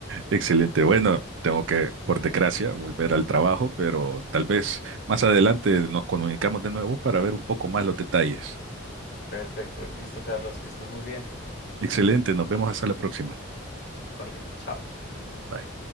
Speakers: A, on the right; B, on the left.
A: Excelente. Bueno, tengo que, por desgracia, volver al trabajo, pero tal vez más adelante nos comunicamos de nuevo para ver un poco más los detalles.
B: Perfecto. Listo, Carlos, que estés muy bien.
A: Excelente, nos vemos hasta la próxima.
B: Vale, chao.
A: Bye.